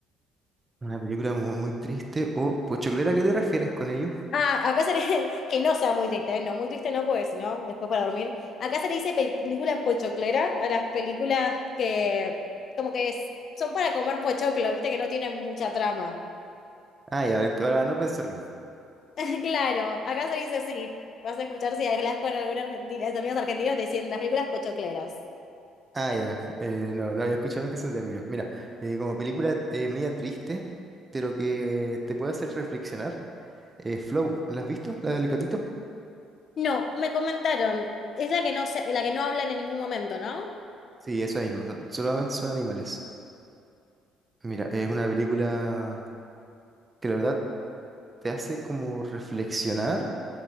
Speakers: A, on the right; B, on the left.
A: una película mu- muy, triste o pochoclera, ¿a qué te refieres con ello?
B: Ah, acá se le... <laughs> que no sea muy triste, ¿eh? No, muy triste no, porque si no, después para dormir. Acá se le dice película pochoclera a las películas que como que es- son para comer pochoclo, viste que no tienen mucha trama.
A: Ah, ya, para no pensarlo.
B: <laughs> Claro, acá se le dice así. Vas a escuchar si hablas con alguna argentina, amigos argentinos te dicen las películas pochocleras.
A: Ah, ya. Eh, no, no había escuchado que ese término. Mira, eh, como película eh, media triste, pero que te puede hacer reflexionar. eh, Flow, ¿la has visto? ¿La del gatito?
B: No, me comentaron. Es la que no se- la que no hablan en ningún momento, ¿no?
A: Sí, esa misma. son- Solamente son animales. Mira, es una película que la verdad te hace como reflexionar